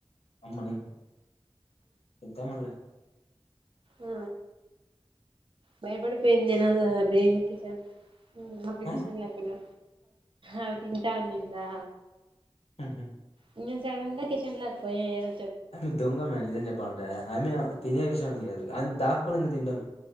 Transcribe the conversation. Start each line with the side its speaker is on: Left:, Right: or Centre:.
Left: అమ్మని పెదామాల్ని.
Right: ఆ భయపడిపోయిందిే తినాలో దేనికి <unintelligible> ఉ అప్లికేషన్
Left: ఆ
Right: లేకపోయినా అవి తింటా వునిందా
Left: హహ
Right: <unintelligible> కిచన్ లోపోయి ఏరో
Left: అమీ దొంగ మే నిజం చెప్పాలంట అమీ తినే విషయం అనీ కాదు అ దాకుని ఎందుకు తినడం